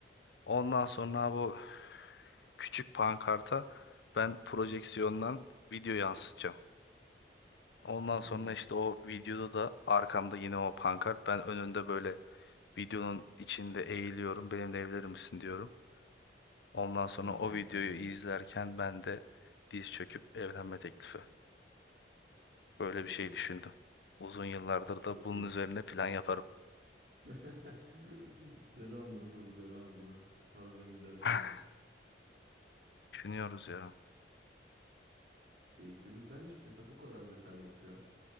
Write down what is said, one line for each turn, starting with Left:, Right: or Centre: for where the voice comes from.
Left: Ondan sonra bu küçük pankarta ben projeksiyondan video yansıtacağım. Ondan
Right: Hı
Left: sonra
Right: hı.
Left: işte o videoda da arkamda yine o pankart. Ben önünde böyle videonun içinde eğiliyorum. Benimle evlenir misin diyorum. Ondan sonra
Right: Aa,
Left: o
Right: güzel
Left: videoyu
Right: abi.
Left: izlerken ben de diz çöküp evlenme teklifi. Böyle
Right: Çok
Left: bir şey
Right: iyi.
Left: düşündüm. Uzun yıllardır
Right: Çok
Left: da bunun
Right: iyi.
Left: üzerine plan yaparım.
Right: <laughs> Ne zamandır kurguluyorum abi bunu. Harbiden güzel
Left: <laughs>
Right: planmış.
Left: Düşünüyoruz ya.
Right: Keyifli mi? Ben hiç mesela bu kadar detaylı bir plan